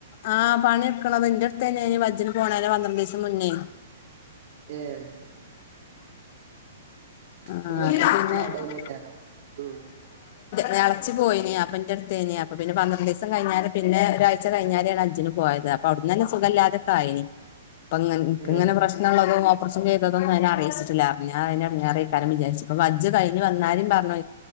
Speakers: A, on the left; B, on the right.
A: ആഹ് പണിയെട്ക്ക്ണത്‌ന്റെ ത്തെന്നെനി വജ്ജ്ന് പോണേന പന്ത്രണ്ടീസം മുന്നെ
B: ഏഹ്
A: അ
B: ഇങ്ങള്
A: ആഹ്
B: എത്തി
A: അത്
B: വന്നാല് അവിടെയ്നേക്കാരം
A: പിന്നെ
B: ഉം
A: <inaudible> എളച്ചി പോയിനി അപ്പന്റെട്ത്തേയ്നി അപ്പ പിന്ന പന്ത്രണ്ടിസം കഴിഞ്ഞേരെ പിന്നേ ഒരാഴ് ച്ച കഴിഞ്ഞാരേണ് അജ്ജിന് പോയത് അപ്പവ്ട്ന്നന്നെ സുഗല്ലാതെക്കായിനി പ്പങ്ങൻ ക്ക്ങ്ങന
B: ഏഹ്
A: പ്രശ് നള്ളതു ഓപർസംചെയ്തതൊന്നയിനറീച്ചിറ്റില്ല അർഞ്ഞാ അയിനെട്ങ്ങാറെയ് കരം വിചാരിച്പ്പ വജ്ജ് കഴിഞ്ഞ് വന്നാരിം പറഞ്ഞൊയ്